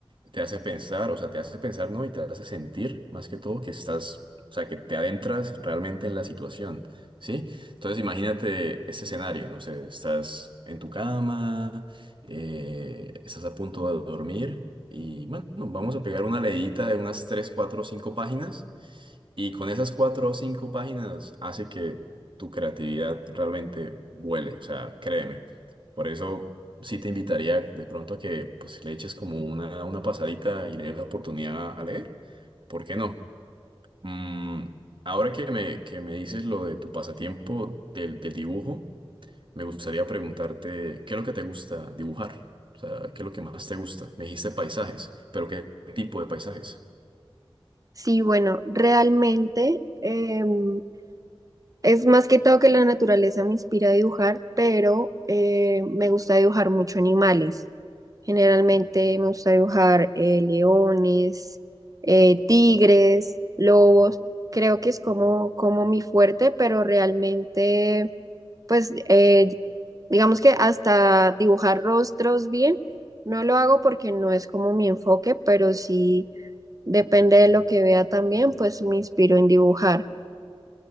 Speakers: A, on the right (about 55°); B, on the right (about 35°).
A: te hace pensar, o sea, te hace pensar, ¿no? Y te hace sentir más que todo que estás, o sea, que te adentras realmente en la situación, ¿sí? Entonces imagínate este escenario, no sé, estás en tu cama, eh, estás a punto de dormir y bueno, vamos a pegar una leída de unas 3 4 5 páginas y con esas cuatro o cinco páginas hace que tu creatividad realmente vuele, o sea, créeme. Por eso sí te invitaría de pronto a que pues, le eches como una, una pasadita y le des la oportunidad a leer. ¿Por qué no? Mm, ahora que me, que me dices lo de tu pasatiempo del, del dibujo, me gustaría preguntarte, ¿qué es lo que te gusta dibujar? O sea, ¿qué es lo que más te gusta? Me dijiste paisajes, pero ¿qué tipo de paisajes?
B: Sí, bueno, realmente... em, Es más que todo que la naturaleza me inspira a dibujar, pero eh, me gusta dibujar mucho animales. Generalmente me gusta dibujar eh, leones, eh, tigres, lobos. Creo que es como, como mi fuerte, pero realmente, pues, eh, digamos que hasta dibujar rostros bien, no lo hago porque no es como mi enfoque, pero sí depende de lo que vea también, pues me inspiro en dibujar.